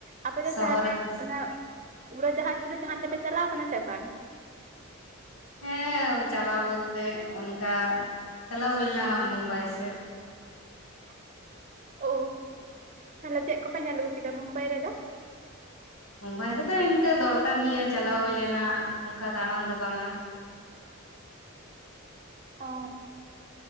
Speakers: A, on the right; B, on the left.
A: ᱟᱯᱮ ᱫᱚ
B: ᱥᱚᱦᱚᱨ
A: ᱛᱟᱦᱚᱞᱮ
B: ᱨᱮᱛᱚ
A: ᱚᱱᱟ ᱩᱲᱟᱹ ᱡᱟᱦᱟᱡᱽ ᱡᱟᱦᱟᱸ ᱛᱮᱯᱮ ᱪᱟᱞᱟᱣ ᱠᱟᱱᱟ ᱥᱮ ᱵᱟᱝ?
B: ᱦᱮᱸ ᱪᱟᱞᱟᱣ ᱵᱚᱞᱛᱮ ᱚᱱᱠᱟ ᱪᱟᱞᱟᱣ ᱦᱩᱭ ᱞᱮᱱᱟ ᱢᱩᱢᱵᱟᱭ ᱥᱮᱫ᱾
A: <inaudible> ᱚ ᱛᱟᱦᱚᱞᱮ ᱪᱮᱫ ᱠᱚᱯᱮ ᱧᱮᱞ ᱟᱹᱜᱩ ᱠᱮᱫᱟ ᱢᱩᱢᱵᱟᱭ ᱨᱮᱫᱚ?
B: ᱢᱳᱢᱵᱟᱭ ᱨᱮᱫᱚ ᱛᱮ ᱫᱚᱨᱠᱟᱨ ᱱᱤᱭᱟᱹ ᱪᱟᱞᱟᱣ ᱦᱩᱭ ᱞᱮᱱᱟ ᱚᱱᱠᱟ ᱫᱟᱬᱟᱱ ᱫᱚ ᱵᱟᱝᱼᱟ᱾
A: ᱚ